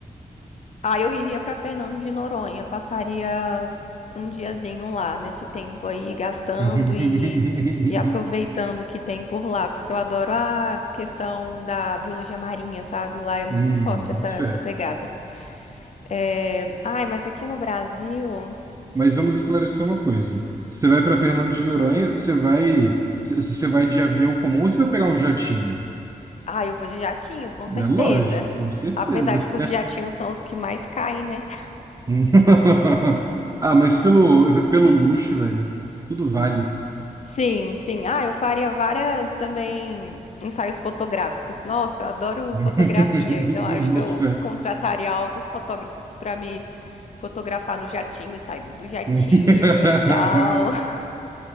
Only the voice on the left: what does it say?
Aí eu iria pra Fernando de Noronha, passaria um diazinho lá nesse tempo aí, gastando
e, e aproveitando o que tem por lá, porque eu adoro a questão da biologia marinha, sabe? Lá é muito
forte
essa, essa
pegada. É, Ai, mas aqui no Brasil.
Ah, eu vou de jatinho, com certeza.
Apesar de que os jatinhos são os que mais caem, né?
Sim, sim. Ah, eu faria várias também ensaios fotográficos. Nossa, eu adoro
fotografia, então acho
que eu
contrataria altos fotógrafos para me fotografar no jatinho e sair do do jatinho
e tal. <laughs>